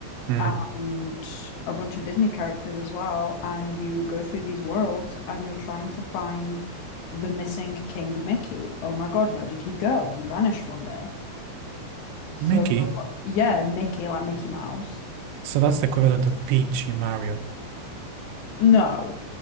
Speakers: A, on the right; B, on the left.
A: Mm.
B: and a bunch of Disney characters as well. And you go through these worlds and you're trying to find the missing King Mickey. Oh my God, where did he go? He vanished one day. So
A: Mickey.
B: you're, yeah, Mickey, like Mickey Mouse.
A: So that's the equivalent of Peach in Mario.
B: No.